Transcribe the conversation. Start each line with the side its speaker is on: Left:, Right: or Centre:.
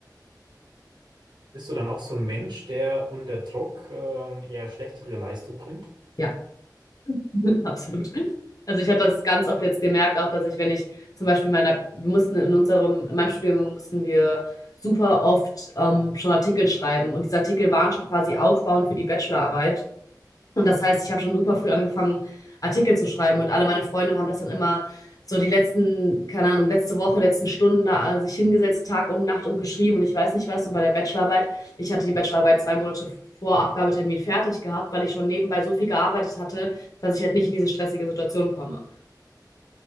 Right: Bist du dann auch so ein Mensch, der unter Druck ähm, eher schlechtere Leistung bringt?
Left: Ja. <laughs> Absolut. Also ich habe das ganz oft jetzt gemerkt, auch dass ich, wenn ich zum Beispiel meiner, wir mussten in unserem, in meinem Studium mussten wir super oft ähm, schon Artikel schreiben und diese Artikel waren schon quasi aufbauend für die Bachelorarbeit. Und das heißt, ich habe schon super früh angefangen, Artikel zu schreiben und alle meine Freunde haben das dann immer so die letzten, keine Ahnung, letzte Woche, letzten Stunden da äh, sich hingesetzt, Tag und Nacht und geschrieben und ich weiß nicht was. Und bei der Bachelorarbeit, ich hatte die Bachelorarbeit zwei Monate vor Abgabetermin fertig gehabt, weil ich schon nebenbei so viel gearbeitet hatte, dass ich halt nicht in diese stressige Situation komme.